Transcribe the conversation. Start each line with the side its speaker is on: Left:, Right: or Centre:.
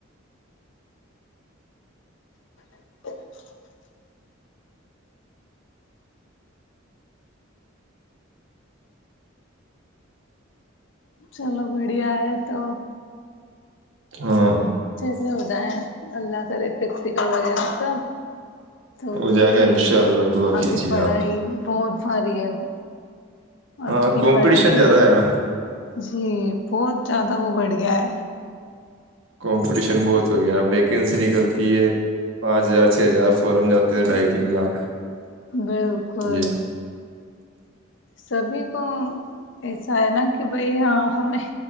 Left: <inaudible> چلو بڑھیا ہے تو
Right: ہاں
Left: ہویا اللہ کر پیکٹیکل وغیرہ سب تو
Right: ہو جائے
Left: ٹھیک
Right: گا ان شاء
Left: ہے
Right: اللہ دعا
Left: ابھی
Right: کیجیے
Left: پڑھائی
Right: آپ
Left: بہت بھاری ہے اب
Right: ہاں
Left: کی
Right: کمپٹیشن
Left: پڑھائی
Right: زیادہ ہے نا
Left: جی بہت زیادہ وہ بڑھ گیا ہے
Right: کمپٹیشن بہت ہو گیا ویکینسی نکلتی ہے پانچ ہزار چھ ہزار فورم جاتے ہیں ڈھائی تین لاکھ
Left: بالکل
Right: یہ
Left: سبھی ا ایسا ہے ن کہ بھائی ہاں ہمیں